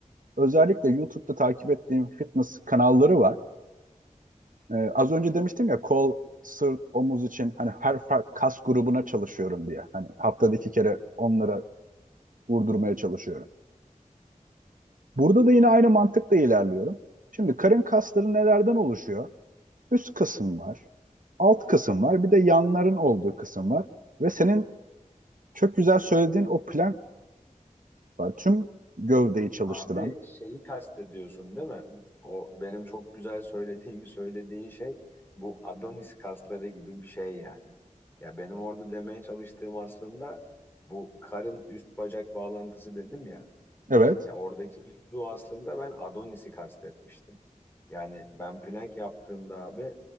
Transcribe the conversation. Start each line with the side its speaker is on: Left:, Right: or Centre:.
Right: Özellikle YouTube'da takip ettiğim fitness kanalları var. Ee, az önce demiştim ya kol, sırt, omuz için hani her farklı kas grubuna çalışıyorum diye. Hani haftada iki kere onlara vurdurmaya çalışıyorum. Burada da yine aynı mantıkla ilerliyorum. Şimdi karın kasları nelerden oluşuyor? Üst kısım var, alt kısım var, bir de yanların olduğu kısım var. Ve senin çok güzel söylediğin o plank var. Tüm gövdeyi çalıştıran.
Left: Abi şeyi kastediyorsun değil mi? O benim çok güzel söylediğimi söylediğin şey bu Adonis kasları gibi bir şey yani. Ya benim orada demeye çalıştığım aslında bu karın üst bacak bağlantısı dedim ya.
Right: Evet.
Left: Ya oradaki mevzu aslında ben Adonis'i kastetmiştim. Yani ben plank yaptığımda abi